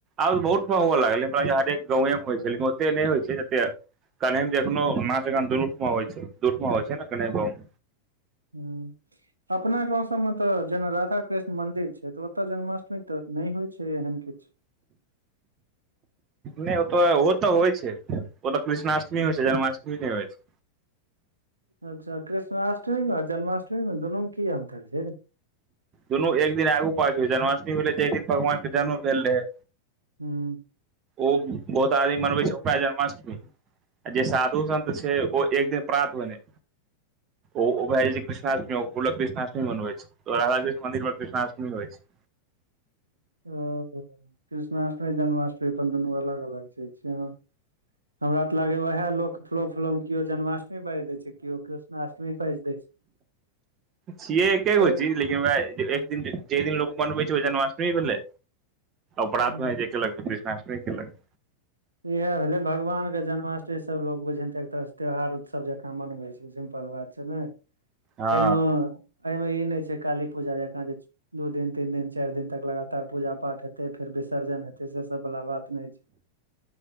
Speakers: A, on the right (about 30°); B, on the right (about 80°).
A: आब तऽ बहुत हुव लागलै हमरा हरेक एम होइैल एते नहि होइ छै एते कने देखनो माचान दुनूठमा होइ छै दू ठमा होइ छै ने कऽ गव
B: ह अपना गाव सभमे तऽ जेना राधा कृष्ण मंदिर छै तऽ ओतय जन्माष्टमी तऽ नहि होइ छै एहन किछु
A: नहि ओ तऽ ओहो तऽ होइ छै ओ त कृष्णाष्टमी होइ छै जन्माष्टमी नहि होइ छै
B: अच्छा कृष्णाष्टमीमे आ जन्माष्टमी मे दुनूमे कि अन्तर छै
A: दुनू एक दिन आगू गेले जन्माष्मी भेले जाहि दिन भगवान के जन्म भेल रहे
B: ह
A: ओ बहुत आदमी मनबै छै ओकऽ जन्माष्टमी जे साधु सन्त छै ओ एक दिन प्राप्त होने। ओ भए जा छै कृष्णअष्मी कृष्णअष्मी छै राधाृकष्ण मन्दि पर कृष्णाष्टमीइ छै।
B: ओ कृष्णाष्टमी जन्माष्टमी अपन दुनू अलग अलग चज छैह हमरा त लागे उएह लोक थोड़ो देखल मे केओ जन्माअष्टी बाजि देय छै केओ कृष्णअष्टमी बाजि देय छै।
A: सि एके हो
B: तऽ
A: लेकिन एक दिन जे दिन लऽ मनबै छै ओ जन्माष्टमी भेले अपरात
B: ह
A: मे जे केलक कृष्णाष्टमी केलक
B: इएह भेले भगवान के जन्माष्टमी सबो बझ एक तरह त्यौहार उतसव जकाँ मनबै छै सिम्पल बात छै न
A: हँ
B: एहिमे एहिमे ई नहि छै काली पूजा जका जे दू दिन तीन दिन चारि दिन तक लगातार पूजा पाठ हेतै फेर विसर्जन हेतै सेस भवला बात नहि छै